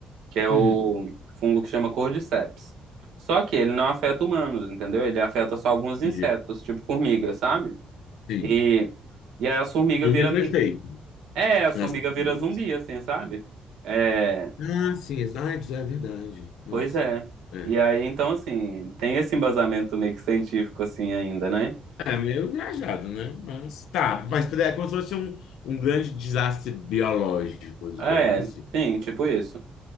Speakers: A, on the right; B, on the left.
A: Que é o
B: Hum,
A: fungo que chama cordyceps. Só que ele não afeta humanos, entendeu? Ele afeta só alguns insetos,
B: entendi.
A: tipo formiga, sabe?
B: Sim.
A: E e aí as formigas
B: E tem
A: viram
B: o mesmo
A: meio...
B: efeito
A: É, as
B: nas
A: formigas
B: famílias.
A: viram zumbi, assim, sabe? É,
B: Ah, sim, AIDS é verdade. Nossa.
A: pois é.
B: É.
A: E aí, então, assim, tem esse embasamento meio que científico, assim, ainda, né?
B: É meio viajado, né? Mas tá, mas é como se fosse um, um grande desastre biológico, digamos
A: É,
B: assim.
A: sim, tipo isso.